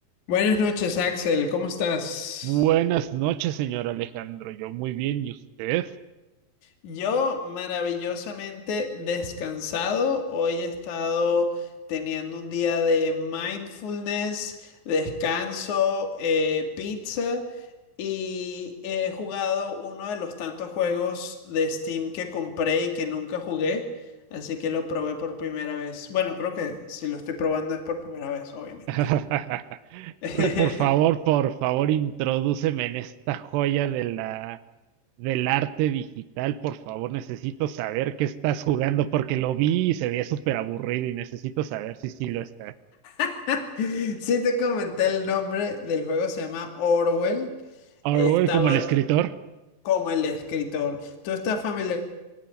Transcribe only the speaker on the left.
Buenas noches, Axel, ¿cómo estás?
Yo maravillosamente descansado. Hoy he estado teniendo un día de mindfulness, descanso, eh, pizza y he jugado uno de los tantos juegos de Steam que compré y que nunca jugué. Así que lo probé por primera vez. Bueno, creo que si lo estoy probando es por primera vez, obviamente.
<laughs>
<laughs> Sí te comenté el nombre del juego, se llama Orwell.
Eh, Estaba
como el escritor. ¿Tú estás familiar